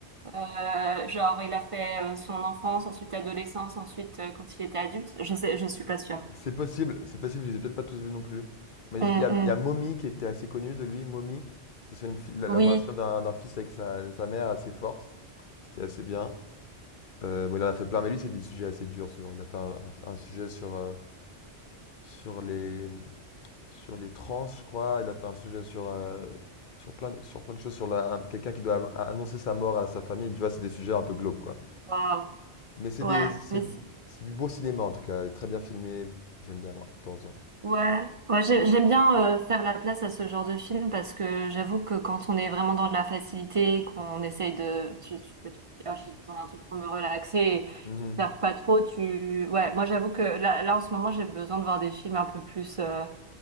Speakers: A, on the right; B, on the left.
A: Euh, genre, il a fait euh, son enfance, ensuite adolescence, ensuite euh, quand il était adulte. Je sais, je suis pas sûre.
B: C'est possible, c'est possible, je les ai peut-être pas tous vus non plus. Mais
A: Hum,
B: j- il y a,
A: hum.
B: il y a Mommy qui était assez connu de lui, Mommy. C'est sur une fi- la,
A: Oui.
B: la relation d'un d'un fils avec sa, sa mère assez forte. C'était assez bien. Euh, bon, il en a fait plein, mais lui, c'est des sujets assez durs souvent. Il a fait un, un- un sujet sur, euh, sur les, sur les trans, je crois. Il a fait un sujet sur, euh, sur, plein, de- sur plein de choses, sur la- un- quelqu'un qui doit a- annoncer sa mort à sa famille. Tu vois, c'est des sujets un peu glauques, quoi.
A: Waouh.
B: Mais c'est
A: Ouais.
B: des, c'est
A: Mais
B: c'est du beau cinéma en tout cas, très bien filmé. J'aime bien, moi, de temps en temps.
A: Ouais, ouais, j'ai- j'aime bien euh, faire la place à ce genre de film parce que j'avoue que quand on est vraiment dans la facilité, qu'on essaye de, tu, tu, peux te dire, Ah, j'ai besoin d'un truc pour me relaxer, et
B: Mhm.
A: faire pas trop, tu, ouais, moi j'avoue que là, là en ce moment j'ai besoin de voir des films un peu plus, euh,